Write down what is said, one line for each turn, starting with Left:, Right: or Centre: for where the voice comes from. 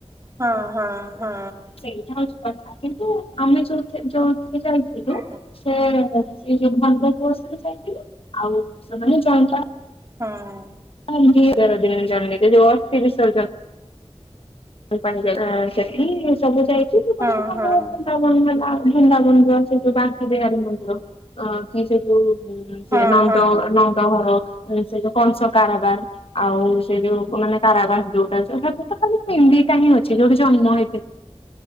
Right: ହଁ ହଁ ହଁ
Left: ସେଇଟା ହଉଛି କଥା। କିନ୍ତୁ ଆମେ ଯୋଉ ଯୋଉଥିରେ ଯାଇ- -
Right: ହୁଁ ହୁଁ
Left: <unintelligible>
Right: ହଁ
Left: ହଁ ତେର ଦିନି ଜି ଯଉ ଅସ୍ତି ବିସର୍ଜନ। ପା ସେଠି ସବୁ ଯାଇ ଚି <unintelligible>
Right: ହଁ ହଁ
Left: ବୃନ୍ଦାବନ ହେଲା ବନ୍ଦାବନ ସେ ଯୋଉ ବାକି ବେୀ ମନ୍ଦିର ଅ କି ସେ ଯୋଉ- - ହୁଁ ସେ
Right: ହଁ
Left: ନନ୍ଦ
Right: ହଁ।
Left: ନନ୍ଦ ଘର ସେ ଯୋଉ କଂସ କାରବାର ଆଉ ସେ ଯୋଉ ସମାନେ କାରାବାସ ଯୋଉଟା ଅ ତ ଖାଲି -- ପିଣ୍ଡିଟା ହିଁ ଅଛି ଯୋଉଠି ଜହ୍ନ ହେଇ